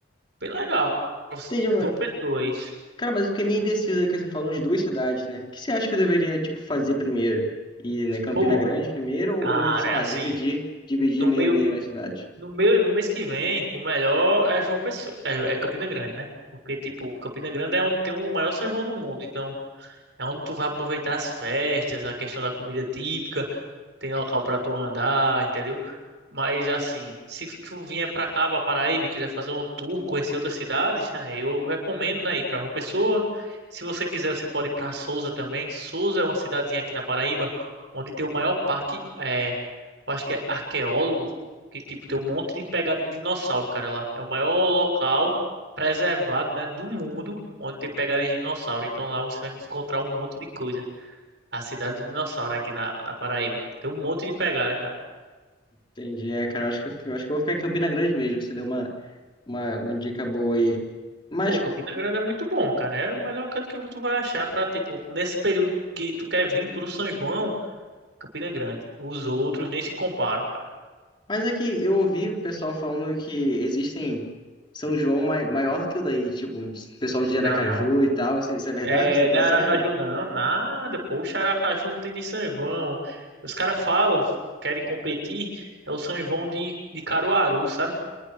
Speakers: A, on the right; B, on the left.
A: bem legal.
B: Entendi,
A: João Pessoa, isso.
B: Cara, mas eu fiquei meio indeciso aí que você falou de duas cidades, né? O que você acha que eu deveria, tipo, fazer primeiro? Ir na Campina
A: Pô,
B: Grande
A: velho.
B: primeiro ou,
A: Cara,
B: ou meio que, sei
A: é
B: lá,
A: assim,
B: dividir, dividir
A: no
B: meia
A: meu
B: meia na cidade?
A: no meu no mês que vem, o melhor é João Pessoa, é, é Campina Grande, né? Porque, tipo, Campina Grande é onde tem o maior São João do mundo, então é onde tu vai aproveitar as festas, a questão da comida típica. tem local pra tu andar, entendeu? Mas assim, se tu vier pra cá, pra Paraíba, e quiser fazer um tour, conhecer outras cidades, né, eu recomendo, né, ir pra João Pessoa. Se você quiser, você pode ir pra Sousa também. Sousa é uma cidadezinha aqui na Paraíba, onde tem o maior parque, é, eu acho que é arqueólogo, que tipo, tem um monte de pegada de dinossauro, cara, lá. É o maior local preservado, né, do mundo, onde tem pegada de dinossauro. Então lá você vai encontrar um monte de coisa. A Cidade do Dinossauro aqui na, na Paraíba. Tem um monte de pegada, cara.
B: Entendi. É, cara, eu acho que eu, eu acho que eu vou ficar em Campina Grande mesmo. Você deu uma, uma, uma dica boa aí. Mas,
A: Pô, Campina Grande é muito bom, cara. É o melhor canto que tu vai achar pra, tipo, nesse período que tu quer vir pro São João, Campina Grande. Os outros nem se comparam, cara.
B: mas é que eu ouvi o pessoal falando que existem São João mai, maior que o daí, tipo, pessoal de
A: Não,
B: Aracaju
A: não.
B: e tal. Isso, é, isso é verdade?
A: É,
B: Isso é pra
A: não é Aracaju,
B: sério?
A: não. Nada. Poxa, Aracaju não tem nem São João. Os caras falam, querem competir. É o São João de, de Caruaru, sabe?